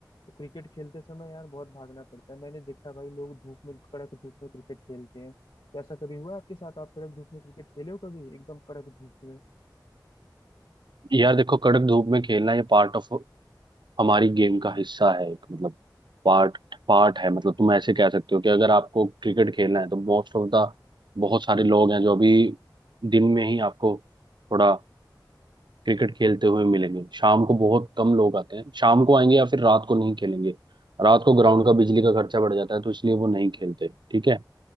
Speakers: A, on the left; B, on the right.
A: तो क्रिकेट खेलते समय यार बहुत भागना पड़ता है मैंने देखा भाई लोग धूप में कड़क धूप में क्रिकेट खेलते हैं तो ऐसा कभी हुआ आपके साथ आप कड़क धूप में क्रिकेट खेले हो कभी एकदम कड़क धूप में
B: यार देखो कड़क धूप में खेलना ये पार्ट ऑफ हमारी गेम का हिस्सा है एक मतलब पार्ट पार्ट है मतलब तुम ऐसे कह सकते हो कि अगर आपको क्रिकेट खेलना है तो मोस्ट ऑफ द बहुत सारे लोग हैं जो अभी दिन में ही आपको थोड़ा क्रिकेट खेलते हुए मिलेंगे शाम को बहुत कम लोग आते हैं शाम को आएंगे या फिर रात को नहीं खेलेंगे रात को ग्राउंड का बिजली का खर्चा बढ़ जाता है तो इसलिए वो नहीं खेलते ठीक है